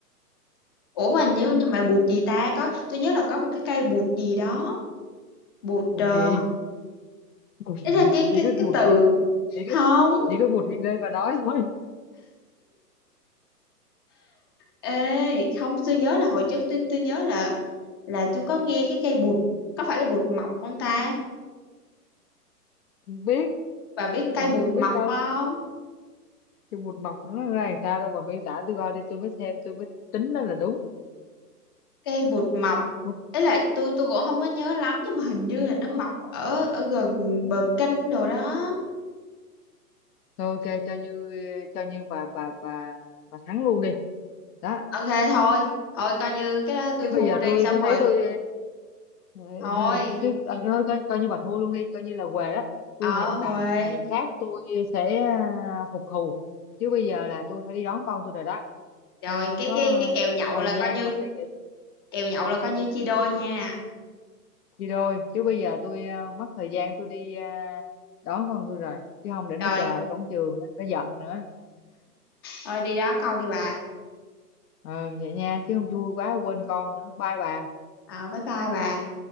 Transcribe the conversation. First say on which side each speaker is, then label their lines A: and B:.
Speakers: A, on the left (about 15°); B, on the left (about 65°).
A: ủa mà nếu như mà bụt gì ta có tôi nhớ là có một cái cây bụt gì đó bụt uh,
B: bụt gì bụt <laughs>
A: ý là cái
B: chỉ
A: cái
B: có
A: cái
B: bụt
A: từ
B: hiện- chỉ có
A: không
B: chỉ có bụt hiện đây và nói thôi
A: Ê, không tôi nhớ là hồi trước tôi tôi nhớ là là tôi có nghe cái cây bụt có phải là bụt mọc không ta?
B: không biết
A: Bà biết cây
B: tôi
A: bụt
B: đâu biết
A: mọc
B: đâu
A: không?
B: cái bụt mọc nó ra làm sao đâu bà miêu tả tôi coi đi tôi mới xem tôi mới tính đó là đúng
A: Cây bụt mọc.
B: bụt
A: ấy là tôi tôi cũng không có nhớ lắm nhưng mà hình như là nó mọc ở ở gần bờ kênh đồ đó.
B: thôi ok cho như cho như bà bà bà bà thắng luôn đi đó
A: Ok thôi, thôi coi như cái đó tôi
B: chứ
A: thua
B: bây giờ
A: đi
B: tôi
A: xong
B: tôi
A: rồi.
B: thấy tôi ờ,
A: Thôi,
B: ờ, chứ à, thôi coi, coi như bà thua luôn đi coi như là què đó tôi
A: ờ
B: hẹn
A: Huệ.
B: bà một ngày khác tôi sẽ à, phục thù chứ bây giờ là tôi phải đi đón con tôi rồi đó
A: Rồi
B: tôi không
A: cái
B: có
A: cái cái kèo nhậu
B: ờ, thời
A: là
B: gian
A: coi như
B: mà suy nghĩ
A: kèo nhậu là coi như chia đôi nha.
B: gì rồi chứ bây giờ tôi ờ, mất thời gian tôi đi ờ, đón con tôi rồi chứ không để nó
A: Rồi,
B: chờ ở cổng trường á, nó giận nữa
A: thôi đi đón con đi bà.
B: ừ vậy nha chứ không vui quá quên con nữa bye bà
A: Ờ bye bye bà.